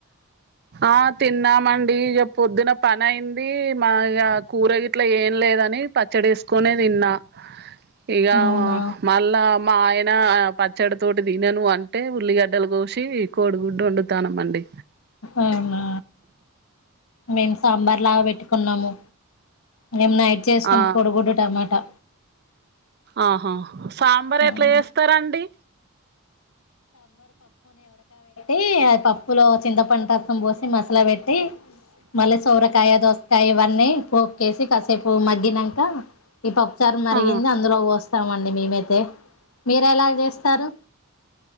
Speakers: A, on the right (about 50°); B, on the left (about 75°).
A: ఆ తిన్నామండి ఇగ పొద్దున పని అయింది మా ఇ కూర గట్లా ఏం లేదు. దాని పచ్చడి ఏసుకొని తిన్నా ఇగ
B: అవునా
A: వ మళ్ళా మా ఆయన పచ్చడి తోటి తినను అంటే ఉల్లిగడ్డలు కోసి కోడిగుడ్డు వండుతానంమండి.
B: అవునా మేము సాంబార్ లాగా పెట్టుకున్నాము. మేం నైట్ చేసికొని
A: ఆ
B: కొడుగుడ్డు టమాటా
A: ఆహా సాంబార్
B: ఆ
A: ఎట్లా చేస్తారండి?
B: ఏ అది పప్పులో చింతపంట రసం పోసి మసాలా పెట్టి మళ్ళీ సోరకాయ, దోసకాయ ఇవన్నీ పోపు కేసి కాసేపు మగ్గినంక ఈ పప్పుచారు మరిగింది
A: ఆ
B: అందులో పోస్తామండి మేమైతే మీర ఎలా చేస్తారు?